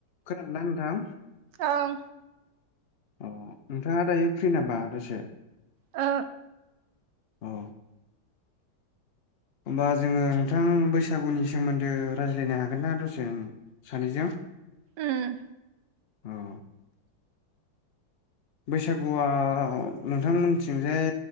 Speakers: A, on the left; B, on the right.
A: खोनादों ना नोंथां
B: ओह
A: ओ नोंथांआ दायो फ्रि नामा दसे
B: ओ
A: ओ होमबा जोङो नोंथां बैसागुनि सोमोनदो रायज्लायनो हागोन ना दसे ओ सानैजों?
B: उम
A: ओ बैसागुआ नोंथांमोनथिंजाय